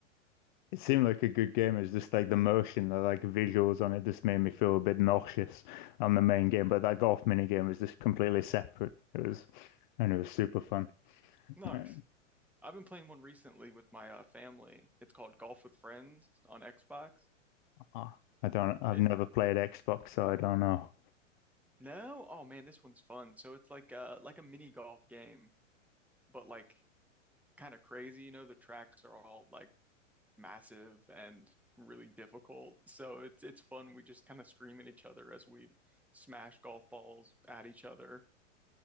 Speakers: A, on the left; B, in the centre.
A: It seemed like a good game. It's just like the motion, the like visuals on it just made me feel a bit nauseous on the main game. But that golf mini game was just completely separate. It was, and it was super fun.
B: Nice.
A: Uh,
B: I've been playing one recently with my uh, family. It's called Golf with Friends on Xbox.
A: Ah, I don't, I've
B: It
A: never played Xbox, so I don't know.
B: no, oh man, this one's fun. So it's like uh like a mini golf game, but like kind of crazy. You know, the tracks are all like massive and really difficult. So it's it's fun. We just kind of scream at each other as we smash golf balls at each other,